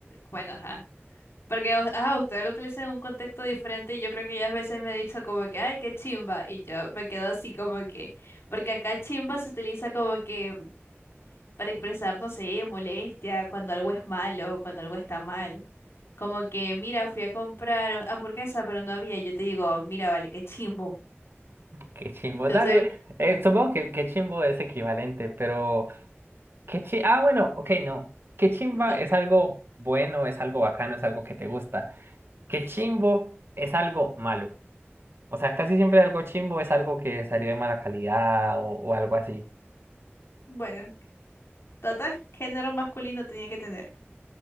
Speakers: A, on the left (about 70°); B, on the right (about 60°).
A: Bueno, ajá. Porque o- ajá, usted lo utiliza en un contexto diferente y yo creo que ya a veces me ha dicho como que, ay, qué chimba. Y yo me quedo así como que. Porque acá chimba se utiliza como que. para expresar, no sé, molestia, cuando algo es malo, cuando algo está mal. Como que, mira, fui a comprar hamburguesa, pero no había. Yo te digo, mira, vale, qué chimbo.
B: Qué chimbo,
A: Entonces,
B: dale. Eh, supongo que el qué chimbo es equivalente, pero qué chi Ah, bueno, ok, no. Qué chimba
A: co-
B: es algo bueno, es algo bacano, es algo que te gusta. Qué chimbo es algo malo. O sea, casi siempre algo chimbo es algo que salió de mala calidad o, o algo así.
A: bueno, total, género masculino tenía que tener.